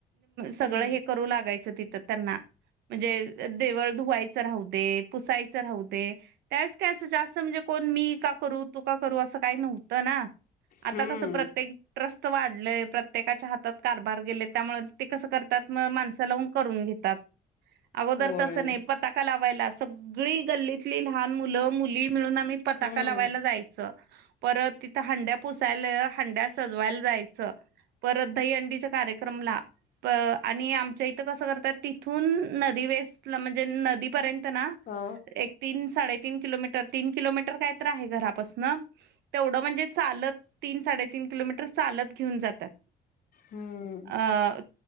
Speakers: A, on the right (about 80°); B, on the left (about 55°).
A: सगळं
B: हम्म
A: हे करू लागायचं तिथं त्यांना म्हणजे देवळ धुवायचं राहू दे पुसायचं राहू दे त्यावेळेस काय असं जास्त म्हणजे कोण मी का करू तू का करू असं काही नव्हतं ना आता
B: हम्म
A: कसं प्रत्येक ट्रस्त वाढलेय प्रत्येकाच्या हातात कारभार गेले त्यामुळे ते कसं करतात मग माणसा लावून करून घेत अगोदर
B: होय
A: तस नाही पताका लावायला सग सगळी गल्लीतली लहान मुलं मुली मिळून आम्ही पताका
B: हम्म
A: लावायला जायच परत तिथं हंड्या पुसायला हंड्या सजवायला जायचं परत दईहंडीच्या कार्यक्रमला प आणि आमच्या इथं कसं करतात तिथून नदी वस म्हणजे नदीपर्यंत ना
B: हा
A: एक तीन साडेतीीन किलोमीटर तीन किलोमीटर कायत आहे घरापासन तेवढं म्हणजे चालत तीन साडेतीीन किलोमीटर चालत घेऊन जातात
B: हम्
A: अ